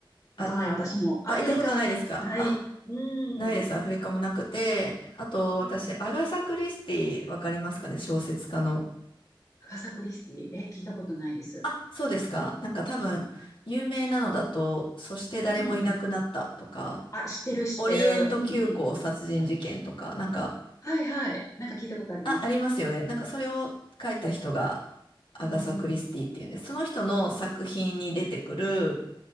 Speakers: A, on the left; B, on the left.
A: ことない私も。
B: あ、
A: アフリカはね、
B: あ、行ったことないですかあ、
A: ない。うん。
B: ないです。アフリカもなくて、あと、私、
A: うん。
B: アガサ・クリスティ、わかりますかね小説家の。
A: アガサ・クリスティ、えー聞いたことないです。
B: あ、そうですか。なんか多分、有名なのだと、そして誰もいなくなったとか、
A: うんうん。あ、知ってる知ってる。
B: オリエント急行殺人事件とか、
A: うんうん。
B: なんか、
A: はいはい。なんか聞いたことあります。
B: あ、ありますよね。なんかそれを書いた人がアガサ・
A: うんうん。
B: クリスティっていうんです。その人の作品に出てくる